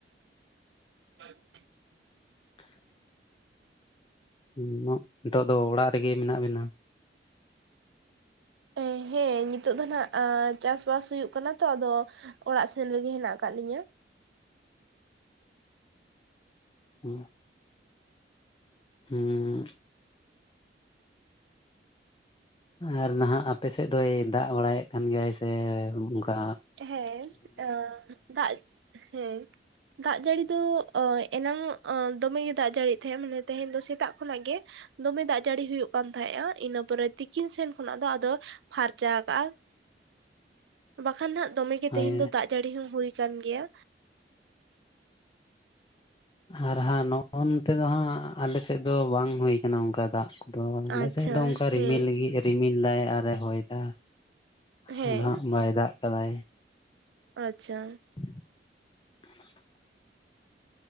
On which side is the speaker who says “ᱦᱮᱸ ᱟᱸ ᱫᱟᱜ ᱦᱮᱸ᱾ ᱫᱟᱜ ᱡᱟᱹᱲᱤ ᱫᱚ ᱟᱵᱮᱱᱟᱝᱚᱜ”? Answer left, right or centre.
Right